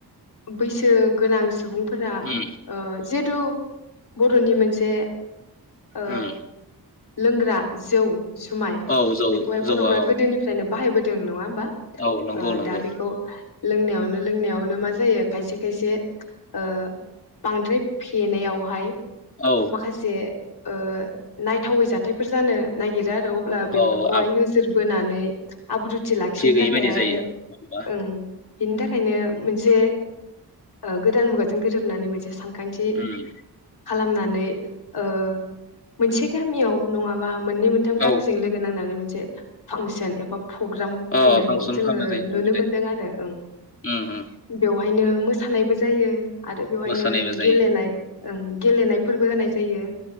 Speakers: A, on the left; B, on the left.
A: बैसो गोनां सुबुं फोरा
B: उम
A: ओ जेब तु बर'नि मोनसे ओ
B: उम
A: लोंग्रा जौ जुमाय
B: औ जौ
A: बेखौहाय
B: जौआ
A: बर'फोरा
B: औ
A: गोदोनिफ्रायनो बाहायबोदों नङा होमबा
B: औ नंगौ
A: ओ
B: नंगौ।
A: दा बेखौ लोंनायावनो लोंनायावनो मा जायो। खायसे खायसे ओ बांद्राय फेनायावहाय
B: औ
A: माखासे ओ नायथावै जाथायफोर जानो नागिरा। अब्ला बेफोरखौहाय
B: औ आब
A: नोजोर बोनानै <inaudible> आब्रुथि लाखिनो
B: गैयि
A: थाखायहाय
B: बायदि जायो होमबा
A: ओं बिनि थाखायनो मोनसे ओ गोदान मुगाजों गोरोबनानै मोनसे सान खांथि
B: उम
A: खालामनानै ओ मोनसे गामियाव नङाबा मोननै मोनथाम
B: औ
A: गामिजों लोगो नांनानै मोनसे फांसन एबा प्रग्राम
B: अ
A: खुंनायखौ
B: फांसन
A: जोङो
B: खालामनाय जायो नंगौ
A: नुनो
B: दे
A: मोनदों आरो ओं
B: उम उम
A: बेवहायनो मोसानायबो जायो आरो बेवहायनो
B: मोसानायबो जायो
A: गेलेनाय ओं गेलेनाय फोरबो होनाय जायो।